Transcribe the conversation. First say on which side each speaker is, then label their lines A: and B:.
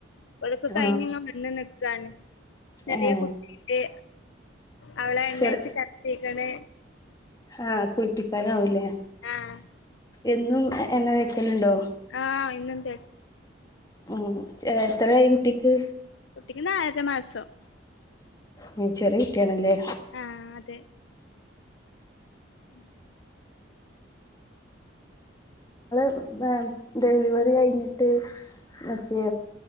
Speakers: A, on the left; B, on the left.
A: ഓലൊക്കെ കഴിഞ്ഞിങ്ങ്
B: ആ
A: വന്ന് നിക്കാണ് ചെറ്യേ
B: ഏ
A: കുട്ടി അവളെ എണ്ണേച്ച്
B: ചെറ
A: കെടത്തീക്ക്ണ്.
B: ആഹ് കുളിപ്പിക്കാനാവൂല്ലേ.
A: ആഹ്
B: എന്നും എ എണ്ണ തേക്കലുണ്ടോ.
A: ആഹ് പിന്നെന്തേ
B: ഉം ഛെ എത്രായി കുട്ടിക്ക്.
A: കുട്ടിക്ക് ന്നാലര മാസം.
B: ഉം ചെറ്യേ കുട്ട്യോണല്ലേ
A: ആ.. അതെ <inaudible>
B: <unintelligible> ഡെലിവറി കഴിഞ്ഞിട്ട്. ഒക്കെ